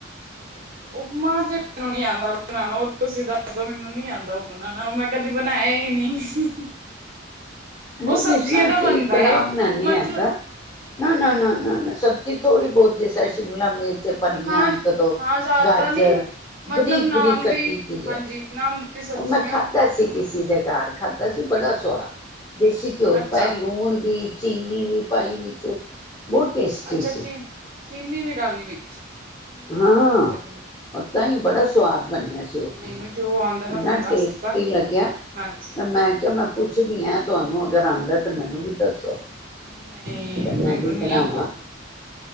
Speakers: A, on the right; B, on the left.
A: ਉਪਮਾ ਤੇ ਮੈਨੂੰ ਨੀ ਆਦਾ ਬਣਾਨਾ ਤੁਸੀਂ ਦੱਸ ਦੋ ਮੈਨੂੰ ਨੀ ਆਦਾ ਬਣਾਣਾ ਉਹ ਮੈਂ ਕਦੀ ਬਣਾਇਆ ਹੀ ਨਹੀਂ।
B: ਨਹੀਂ
A: ਉਹ ਸਬਜ਼ੀਆਂ
B: ਜਿਸ ਤਰਾ
A: ਦਾ
B: ਅਸੀਂ
A: ਬਣਦਾ
B: ਕੜਾਹ
A: ਏ
B: ਬਣਾਦੇ
A: ਮਤਲਬ
B: ਆ ਅਦਾ। ਨਾ-ਨਾ-ਨਾ-ਨਾ-ਨਾ ਸਭ ਜੀ ਥੋੜੀ ਬਹੁਤ ਜਿਸ ਤਰਾ ਸ਼ਿਮਲਾ ਮਿਰਚ ਫਲੀਆਂ
A: ਹਾਂ-ਹਾਂ
B: ਇੱਕ ਦੋ
A: ਜ਼ਿਆਦਾ
B: ਗਾਜਰ
A: ਨੀ ਮਤਲਬ
B: ਬਰੀਕ
A: ਨਾਮ
B: ਬਰੀਕ ਕੱਟੀ
A: ਦੀ ਹਾਂਜੀ
B: ਐ
A: ਨਾਮ ਦੀ ਸਬਜ਼ੀਆਂ
B: ਉਹ ਮੈਂ ਖਾਧਾ ਕਿਸੀ ਦੇ ਘਰ ਖਾਧਾ ਸੀ ਬੜਾ ਸਵਾਦ। ਦੇਸੀ ਘਿਓ
A: ਅੱਛਾ
B: 'ਚ ਪਾਇਆ ਲੂਣ ਵੀ ਚੀਨੀ ਵੀ ਪਾਈ ਵਿੱਚ ਬਹੁਤ ਟੇਸਟੀ
A: ਅੱਛਾ ਚੀ
B: ਸੀ।
A: ਚੀਨੀ ਵੀ ਡਾਲੀ ਵਿੱਚ ਮੈਨੂੰ
B: ਹਾਂ
A: ਉਹ ਨੀ ਆਂਦਾ ਬਣਾ
B: ਓਦਾਂ ਹੀ ਬੜਾ ਸਵਾਦ ਬਣਿਆ ਸੀ ਉਹ,
A: ਮੈਨੂੰ ਜੋ ਆਂਦਾ ਮੈਂ
B: ਇਨਾ
A: ਤੁਹਾਨੂੰ ਦੱਸਤਾ
B: ਟੇਸਟੀ ਲੱਗਿਆ
A: ਹਾਂਜੀ
B: ਤੇ ਮੈਂ ਕਿਹਾ ਮੈਂ ਪੁੱਛਦੀ ਆ ਵੀ ਹੈ ਤੁਹਾਨੂੰ ਅਗਰ ਆਦਾ ਤਾਂ ਮੈਨੂੰ ਵੀ ਦੱਸੋ।
A: ਨਹੀਂ
B: ਤੇ ਮੈਂ
A: ਮੈਨੂੰ
B: ਵੀ
A: ਨੀ
B: ਬਣਾਵਾਂ
A: ਆਦਾ।